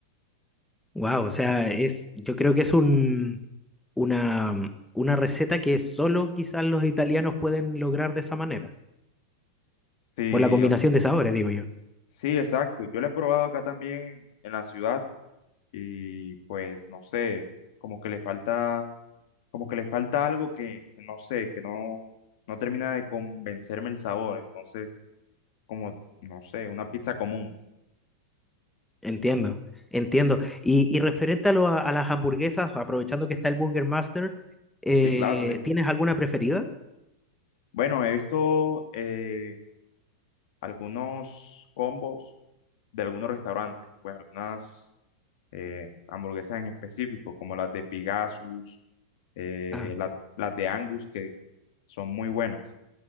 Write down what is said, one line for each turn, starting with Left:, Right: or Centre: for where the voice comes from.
Centre: Wow, o sea, es, yo creo que es un, una, una receta que solo quizás los italianos pueden lograr de esa manera.
Left: Sí,
Centre: Por la combinación
Left: o-
Centre: de sabores, digo yo.
Left: sí, exacto. Yo la he probado acá también en la ciudad y pues no sé, como que le falta, como que le falta algo que, que no sé, que no, no termina de convencerme el sabor, entonces como, no sé, una pizza común.
Centre: Entiendo, entiendo. Y, y referente a, lo- a las hamburguesas, aprovechando que está el Burger Master, eh,
Left: Sí, claro, dime.
Centre: ¿tienes alguna preferida?
Left: Bueno, he visto eh, algunos combos de algunos restaurantes, pues algunas eh, hamburguesas en específico, como las de Pegasus, eh,
Centre: Ah,
Left: la- las de Angus, que son muy buenas.